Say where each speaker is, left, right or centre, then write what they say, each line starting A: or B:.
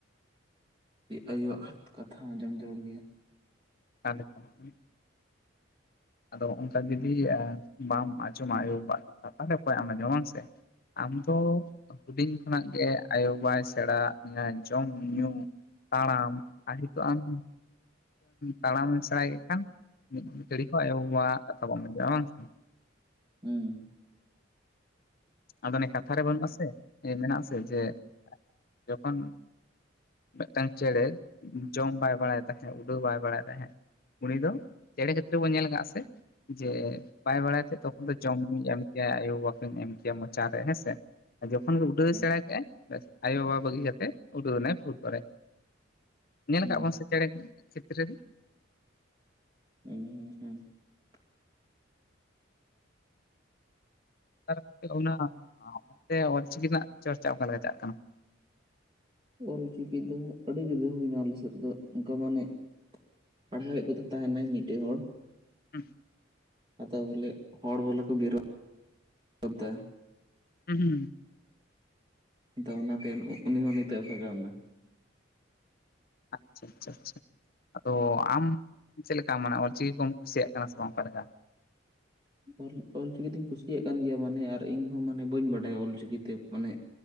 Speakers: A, on the right; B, on the left.
A: ᱟᱭᱳᱣᱟᱜ ᱠᱟᱛᱷᱟ ᱦᱚᱸ ᱟᱸᱡᱚᱢ ᱡᱟᱹᱨᱩᱲ ᱜᱮᱭᱟ᱾
B: <unintelligible> ᱟᱫᱚ ᱚᱱᱠᱟ ᱡᱩᱫᱤ ᱵᱟᱢ ᱟᱸᱡᱚᱢᱟ ᱟᱣᱳ-ᱵᱟᱵᱟᱼᱜ ᱠᱟᱛᱷᱟ ᱛᱟᱦᱚᱞᱮ ᱚᱠᱣᱟ ᱮᱢ ᱟᱸᱡᱚᱢᱟ ᱵᱟᱝ ᱥᱮ? ᱟᱢᱫᱚ ᱦᱩᱰᱤᱧ ᱠᱷᱚᱱᱟᱜ ᱜᱮ ᱟᱭᱳᱼ ᱵᱟᱵᱟᱭ ᱥᱮᱬᱟᱼᱜ ᱢᱮᱭᱟᱭ ᱪᱚᱝ ᱧᱩᱧᱩ? ᱛᱟᱲᱟᱢ ᱟᱨ ᱱᱤᱛᱚᱜ ᱟᱢ ᱛᱟᱲᱟᱢᱮᱢ ᱥᱮᱬᱟ ᱠᱮᱫ ᱠᱷᱟᱱ <unintelligible>
A: <unintelligible>
B: ᱟᱫᱚ ᱚᱱᱮ ᱠᱟᱛᱷᱟ ᱨᱮ ᱵᱟᱹᱱᱩᱜ ᱟᱥᱮ ᱢᱮᱱᱟᱜ ᱟᱥᱮ ᱡᱮ ᱡᱚᱠᱷᱚᱱ ᱢᱤᱫᱴᱟ. ᱝ ᱪᱮᱸᱬᱮ ᱡᱚᱢ ᱵᱟᱭ ᱵᱟᱲᱟᱭ ᱛᱟᱦᱮᱸᱫ ᱩᱰᱟᱹᱣ ᱵᱟᱭ ᱵᱟᱲᱟᱭ ᱛᱟᱦᱮᱸᱫ᱾ ᱩᱱᱤ ᱫᱚ ᱪᱮᱸᱬᱮ ᱡᱟ. ᱛ ᱛᱮᱵᱚᱱ ᱧᱮᱞ ᱟᱠᱟᱜᱼᱟ ᱥᱮ ᱡᱮ ᱵᱟᱭ ᱵᱟᱲᱟᱭ ᱛᱮ ᱛᱚᱠᱷᱚᱱ ᱫᱚ ᱡᱚᱢ ᱧᱩ ᱭᱮᱟᱢ ᱟᱭᱳ- ᱵᱟᱵᱟ ᱠᱤᱱ ᱮᱢ ᱠᱮᱭᱟ ᱢᱚᱪᱟ ᱨᱮ ᱦᱮᱸ ᱥᱮ ᱟᱨ ᱡᱚᱠᱷᱚᱱ ᱜᱮ ᱩᱰᱟᱹᱣ ᱮ
A: ᱦᱮᱸ
B: ᱥᱮᱬᱟ ᱠᱮᱟᱜ-ᱟ ᱵᱮᱥ ᱟᱭᱳ ᱵᱟᱵᱟ ᱵᱟᱹᱜᱤ ᱠᱟᱛᱮ ᱩᱰᱟᱹᱣ ᱮᱱᱟᱭ ᱯᱷᱩᱨ ᱠᱚ ᱨᱮ᱾ ᱧᱮᱞ
A: ᱦᱩᱸ
B: ᱟᱠᱟᱫ ᱠᱚᱣᱟᱜ ᱥᱮ ᱪᱮᱸᱬᱮ ᱠᱚ ᱪᱤᱛᱨᱟ. ᱨᱮ?
A: <unintelligible>
B: <unintelligible>
A: ᱚᱞ ᱪᱤᱠᱤ ᱫᱚ ᱟᱹᱰᱤ ᱡᱩᱫᱟᱹ ᱦᱩᱭ ᱮᱱᱟ ᱟᱞᱮ ᱥᱮᱫ ᱫᱚ᱾ ᱚᱱᱠᱟ ᱢᱟᱱᱮ ᱯᱟᱲᱦᱟᱣᱮᱫ ᱠᱚ ᱛᱟᱦᱮᱸ ᱱᱟᱭ ᱢᱤᱫᱴᱟ. ᱝ ᱦᱚᱲ᱾
B: <unintelligible>
A: ᱟᱫᱚ ᱵᱚᱞᱮ ᱦᱚᱲ ᱵᱚᱞᱮ ᱠᱚ ᱵᱤᱨᱚᱫ ᱮᱫᱟ᱾
B: <unintelligible>
A: ᱟᱫᱚ ᱚᱱᱟᱛᱮ ᱩᱱᱤ ᱦᱚᱸ ᱱᱤᱛᱮ ᱵᱷᱟᱜᱟᱣ ᱮᱱᱟ᱾
B: ᱟᱪᱪᱷᱟ ᱟᱪᱪᱷᱟ ᱟᱪᱪᱷᱟᱻ ᱟᱫᱚ ᱟᱢ ᱪᱮᱫ ᱞᱮᱠᱟ ᱢᱟᱱᱮ ᱚᱞ ᱪᱤᱠᱤ ᱠᱚᱢ ᱠᱩᱥᱤᱭᱟᱜ ᱠᱟᱱᱟ ᱥᱮ ᱵᱟᱝ ᱚᱠᱟ ᱞᱮᱠᱟ?
A: ᱚᱞ ᱚᱞ ᱪᱤᱠᱤ ᱫᱩᱧ ᱠᱩᱥᱤᱭᱟᱜ ᱠᱟᱱ ᱜᱮᱭᱟ ᱢᱟᱱᱮ ᱟᱨ ᱤᱧ ᱦᱚᱸ ᱢᱟᱱᱮ ᱵᱟᱹᱧ ᱵᱟᱰᱟᱭᱟ ᱚᱞ ᱪᱤᱠᱤ ᱛᱮ ᱢᱟᱱᱮ